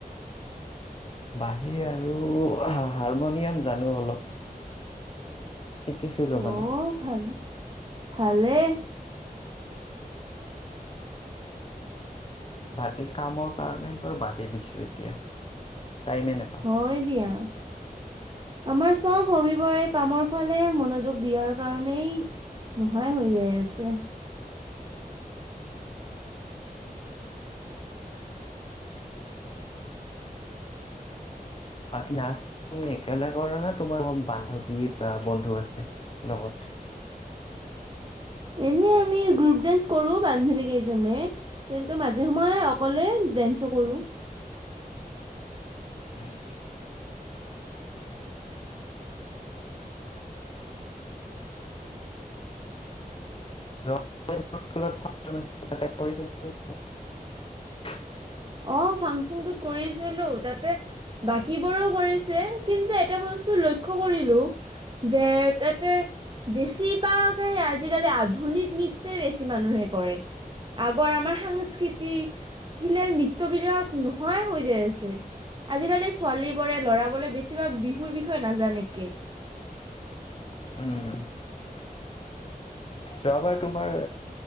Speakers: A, on the left; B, on the right.
A: বাঁহী আৰু হাৰমনিয়াম জানো অলপ। শিকিছিলো
B: অ
A: মানে।
B: 'ভাল ভালে।
A: বাকী কামৰ কাৰণে এইবোৰ বাদেই দিছো এতিয়া। টাইমে নাপাওঁ।
B: হয় দিয়া। আমাৰ চব সবিবৰে কামৰ ফালে মনোযোগ দিয়াৰ কাৰনেেই নোহোৱাই ই হৈ যাই আছে।
A: বাকী নাচ তুমি একেলে কৰা না তোমাৰ বান্ধৱী বা বন্ধু আছে লগত।
B: এনে আমি গ্ৰুপ ডেন্স কৰো বান্ধৱী কেইজনে কিন্তু মাজে সময়ে অকলে ডেন্সো কৰো।
A: উম, <inaudible>
B: অ ফাংচনটোত কৰিছিলো তাতে বাকীবোৰেও কৰিছে কিন্তু এটা বস্তু লক্ষ্য কৰিলো, যে তাতে বেছি বা আজিকালি আধুনিক নৃত্যয়ই বেছি মানুহে কৰে ।আগৰ আমাৰ সাংস্কৃতিক, শিলাৰ নৃত্য বস্তু বিলাক নোহোৱাই হৈ যায় আছে ।আজিকালি ছোৱালী বোৰে লৰাবোৰে বেছিভাগ বিহুৰ বিষয়ে নাজানে কে।
A: উম। যোৱাবাৰ তোমাৰ